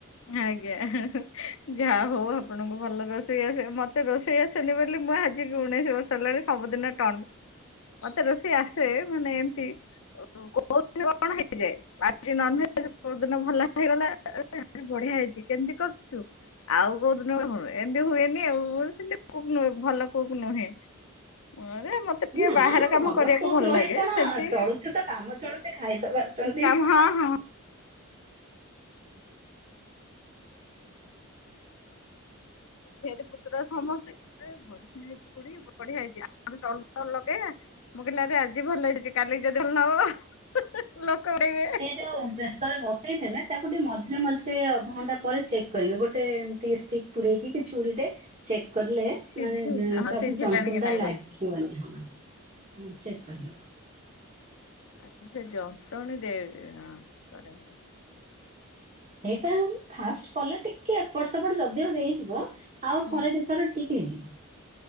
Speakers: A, on the left; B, on the right.
A: ଆଜ୍ଞା ଯାହା ହଉ ଆପଣଙ୍କୁ ଭଲ ରୋଷେଇ ଆସେ। ମତେ ରୋଷେଇ ରୋଷେଇ ଆସେନି ବୋଲି ମୁଁ ଆଜି ଉଣେଇଶି ବର୍ଷ ହେଲାଣି ସବୁଦିନ ଟଣ୍ଟ ମତେ ରୋଷେଇ ଆସେ ମାନେ ଏମତି କୋଉ ଦିନ କଣ ହେଇଯାଏ, ଆଜି ନନ ଭେଜ କୋଉ ଦିନ ଭଲ ହେଇଗଲା। ଆରେ ବଢିଆ ହେଇଛି କେମିତି କରିଛୁ। ଆଉ କୋଉ ଦିନ, ଏମିତି ହୁଏନି ଆଉ, ମୁ ସେମତି କୁକ୍ ନୁହେଁ ଭଲ କୁକ୍ ନୁହେଁ। ଆରେ ମତେ ଟିକେ
B: ନା
A: ବାହାର
B: ନା
A: କାମ କରିବାକୁ
B: କୁକ୍
A: ଭଲ
B: ନୁହେଁ
A: ଲାଗେ
B: କଣ
A: ସେମତି।
B: ଚଳୁଛି ତ କାମ ଚଳୁଛି ଖାଇ ତ ପାରୁଛନ୍ତି।
A: ଆ ହଁ ହଁ ଝିଆରୀ ପୁତ୍ରା ସମସ୍ତେ ଏ ବଢିଆ। <unintelligible> ବଢିଆ ହେଇଚି ଆମେ ଚନ୍ଦନ ଲଗେଇଆ ମୁଁ କହିଲି ଆରେ ଆଜି ଭଲ ହେଇଚି କାଲି କି ଯଦି ଭଲ ନ ହବ। ଲୋକ ଉଡେଇବେ।
B: ସେ ଯୋଉ ପ୍ରେସରରେ ବସେଇଥିବେ ତାକୁ ଟିକେ ମଝିରେ ମଝିରେ ଅଧଘଣ୍ଟା ପରେ ଚେକ୍ କରିବେ, ଗୋଟେ ଏମିତି ଷ୍ଟିକ ପୁରଇକି କି ଛୁରୀଟେ। ଚେକ୍ କରିଲେ
A: ସିଝି
B: ମାନେ
A: ହଁ
B: ତା
A: ସିଝିଲାଣି
B: <unintelligible> ଯନ୍ତୁଣ
A: କି
B: ଟା
A: ନାଇଁ
B: ଲାଗିବନି
A: ବୋଲି
B: ହଁ। ଉଁ ଚେକ କରିଦବ।
A: ଆଛା ସେ ଜନ୍ତଣି ଦେ ହଁ ପଡିବ।
B: ସେଇଟା ଆମ ଫାଷ୍ଟ କଲେ ଟିକେ ଏପଟ ସେପଟ ଯଦିଓ ହେଇଯିବ ଆଉ
A: ହୁଁ।
B: ଥରେ ଦି ଥର ଠିକ ହେଇଯିବ।